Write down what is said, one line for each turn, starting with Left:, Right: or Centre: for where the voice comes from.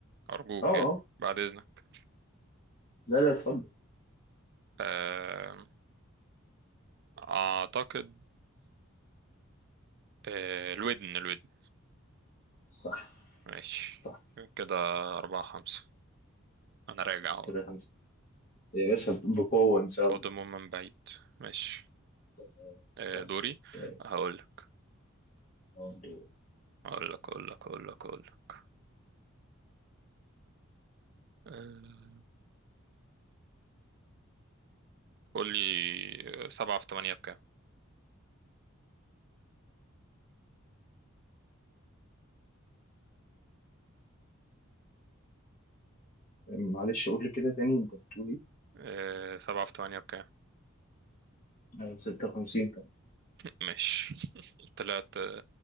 Right: ارجوك
Left: آه
Right: يعني
Left: آه.
Right: بعد اذنك
Left: لا لا اتفضل
Right: آه اعتقد آه الودن الودن
Left: صح
Right: ماشي
Left: صح
Right: كده أربعة خمسة أنا راجع أهو
Left: كده خمسة يا باشا بقوة إن شاء
Right: قادم
Left: الله
Right: من بعيد ماشي
Left: آه،
Right: آه،
Left: طيب
Right: دوري
Left: آه،
Right: هقول لك
Left: برضو-
Right: هقول لك هقول لك هقول لك هقول لك آه، قول لي آه، سبعة في تمانية بكام
Left: معلش قول لي كده تاني أنت بتقول إيه؟
Right: آه، سبعة في تمانية بكام
Left: آه، 56 طبعا
Right: ماشي <laughs> تلاتة